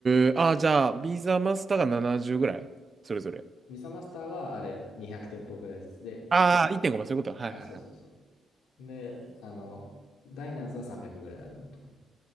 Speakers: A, on the right (about 40°); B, on the left (about 75°).
A: えー、ああ、じゃあ、ビザマスターが70ぐらいそれぞれ。
B: ミサマスターはあれ、200店舗ぐらいずつで、
A: ああ、1.5倍、そういうこと。はいはいはい。
B: あ、そうそうそう。で、あの、ダイナーズは300ぐらいあるんだと思う。